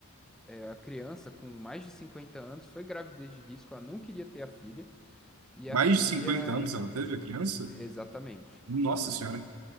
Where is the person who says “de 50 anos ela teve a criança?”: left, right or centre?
Right